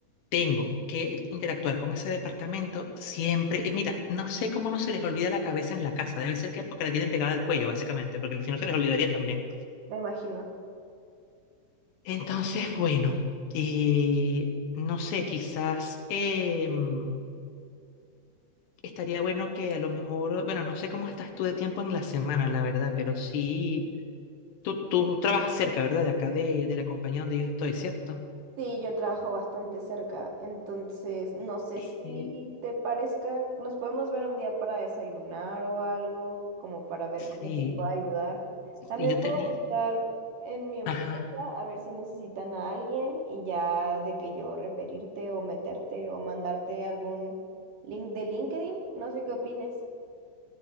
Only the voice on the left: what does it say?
tengo que interactuar con ese departamento, siempre, eh, mira, no sé cómo no se les olvida la cabeza en la casa. Debe ser que porque la tienen pegada al cuello, básicamente, porque si no se les olvidaría también.
Entonces, bueno, eh, no sé, quizás em, estaría bueno que a lo mejor, bueno, no sé cómo estás tú de tiempo en la semana, la verdad, pero sí Tú, tú trabajas cerca, ¿verdad? De acá, de, de la compañía donde yo estoy, ¿cierto?
Eh,
sí,
y yo
tenía...
Ajá.